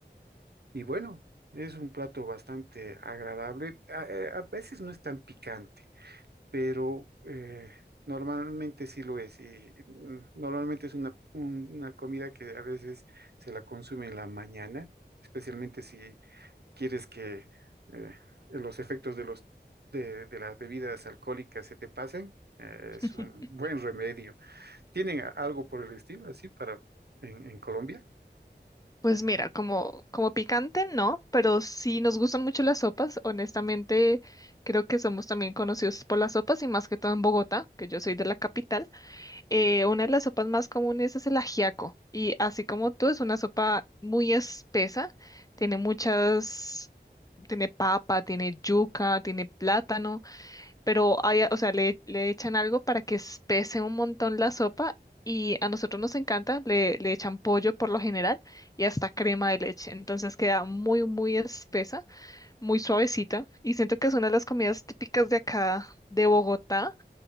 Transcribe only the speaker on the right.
Y bueno, es un plato bastante agradable. A, eh, a veces no es tan picante. pero eh, normalmente sí lo es. Y mm, normalmente es una, un- una comida que a veces se la consume en la mañana, especialmente si quieres que eh, los efectos de los de, de las bebidas alcohólicas se te pasen. eh,
es un buen remedio. ¿Tienen a- algo por el estilo así para en, en Colombia?